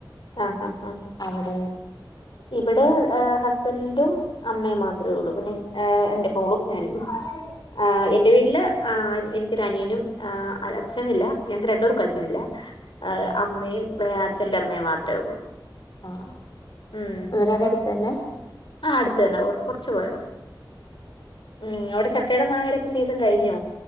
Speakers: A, on the left; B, on the left.
A: ആഹ് ആഹ് ആഹ്
B: അവിടെ
A: ഇവിടെ ഏ ഹസ്ബൻറ്റും, അമ്മയും, മാത്രേള്ളൂ പിന്നെ ഏ എന്റെ മോളും ഞാനും
B: ആഹ്
A: ആഹ് എന്റെ വീട്ടില് ആഹ് എനിക്കൊരു അനിയനും അച്ഛനില്ല ഞക്ക് രണ്ടൂർക്കും അച്ഛനില്ല
B: ആഹ്
A: ഏ അമ്മയും അച്ഛന്റെ അമ്മേയും മാത്രേള്ളൂ
B: ആഹ്
A: ഉം
B: വീട് അവിടെ അടുത്ത്ന്നെ
A: ആഹ് അടുത്ത് തന്നെ കുറച്ച് പോയാമതി ഉം അവിടെ ചക്കടെ മങ്ങേടെക്കെ സീസൺ കഴിഞ്ഞോ?